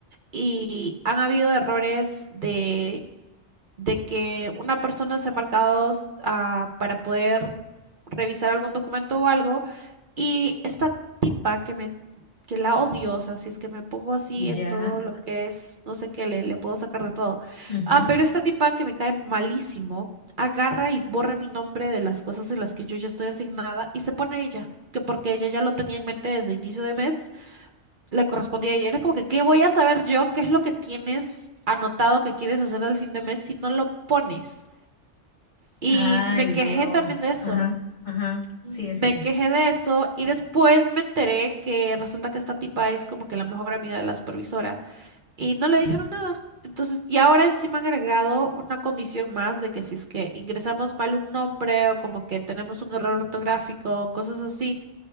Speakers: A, on the right; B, on the left.
A: y han habido errores de de que una persona se ha marcado ah, para poder revisar algún documento o algo, y esta tipa que me, que la odio, o sea, si es que me pongo así en
B: ya.
A: todo lo que es, no sé qué, le, le puedo sacar de todo.
B: ujú.
A: Ah, pero esta tipa que me cae malísimo, agarra y borra mi nombre de las cosas en las que yo ya estoy asignada y se pone ella, que porque ella ya lo tenía en mente desde inicio de mes le correspondía ayer. Es como que, ¿qué voy a saber yo qué es lo que tienes anotado que quieres hacer al fin de mes si no lo pones? Y
B: Ay,
A: me quejé
B: Dios.
A: también de eso.
B: Ajá, ajá,
A: Me
B: sigue, sigue.
A: quejé de eso y después me enteré que resulta que esta tipa es como que la mejor amiga de la supervisora y no le dijeron nada. Entonces, y ahora encima han agregado una condición más de que si es que ingresamos mal un nombre o como que tenemos un error ortográfico, cosas así,